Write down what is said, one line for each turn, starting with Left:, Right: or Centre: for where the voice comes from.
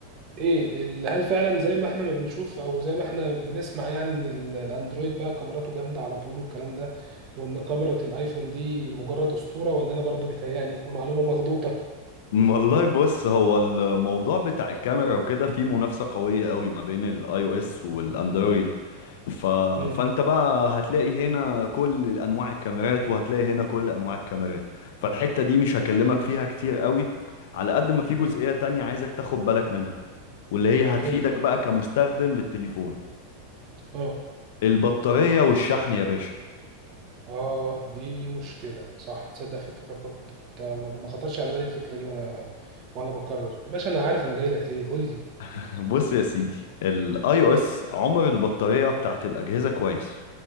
Right: ايه ال- هل فعلا زي ما احنا ما بنشوف او زي ما احنا بنسمع يعني ان ال- الاندرويد بقى كاميراته جامدة على طول والكلام ده وان كاميرا الايفون دي مجرد اسطورة ولا انا برضه بيتهيألي ومعلومة مغلوطة
Left: والله بص هو الموضوع بتاع الكاميرا وكده فيه منافسة قوية قوي ما بين الاي او اس والاندرويد ف...
Right: امم
Left: فانت بقى هتلاقي هنا كل انواع الكاميرات وهتلاقي هنا كل انواع الكاميرات فالحتة دي مش هكلمك فيها كتير قوي على قد ما في جزئية
Right: امم
Left: تانية عايزك تاخد بالك منها واللي هي هتفيدك
Right: قول لي
Left: بقى كمستخدم للتليفون
Right: اه
Left: البطارية والشحن يا باشا
Right: اه دي مشكلة صح تصدق فكرة برضه انت ما ما خطرش على بالي الفكرة دي وانا وانا بكرر يا باشا انا عارف انا جاي لك ليه قول لي
Left: <laughs> بص يا سيدي الاي او اس عمر البطارية بتاعت الأجهزة كويس